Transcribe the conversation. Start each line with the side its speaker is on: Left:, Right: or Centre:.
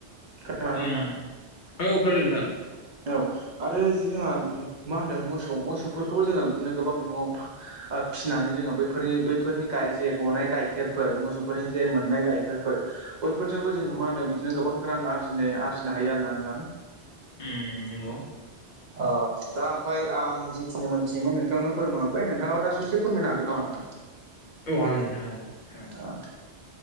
Right: खोनादोंना
Left: उम
Right: नोंथां
Left: औ खोनादों नोंथां।
Right: औ आरो जि जोंहा मा होनदों मोसौ मोसौफोरखौबो जोङो बिदिनो गोबां बिबाङाव फा ओ फिसिनानै जोङो बैफोरनि बैफोरनि गा जे गनाय गाइखेरफोर मोसौफोरनि जे मोननाय गाइखेरफोर बयफोरजोंबो जोङो मा होनो बिदिनो गोबां रां आरजिनाय आरजिनो हायो आरो ना नोंथां।
Left: उम नोंगौ।
Right: अह दा ओमफाय आं जिखिनि मोनथियोमोन नोंथांनो फोरमायहरबाय नोंथाङाबो दा ससे फोरमायनो हागोन नामा नोंथां?
Left: औ हागोन नोंथां हागोन हागोन
Right: अह